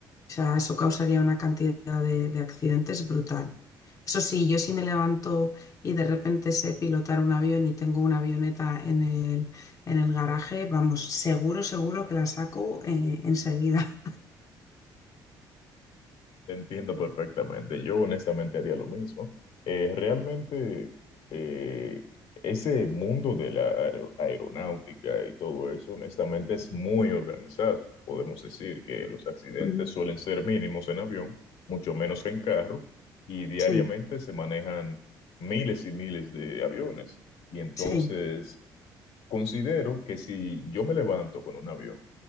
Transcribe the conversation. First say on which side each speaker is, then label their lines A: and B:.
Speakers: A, on the left (about 35°); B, on the left (about 70°).
A: O sea, eso causaría una cantidad de, de accidentes brutal. Eso sí, yo sí me levanto y de repente sé pilotar un avión y tengo una avioneta en el, en el garaje, vamos, seguro, seguro que la saco eh, enseguida.
B: Te entiendo perfectamente. Yo honestamente haría lo mismo. Eh, realmente eh, ese mundo de la aero- aeronáutica y todo eso, honestamente es muy organizado. Podemos decir que los accidentes
A: Ujú.
B: suelen ser mínimos en avión, mucho menos que en carro, y diariamente
A: Sí,
B: se manejan miles y miles de aviones. Y entonces
A: sí,
B: Considero que si yo me levanto con un avión,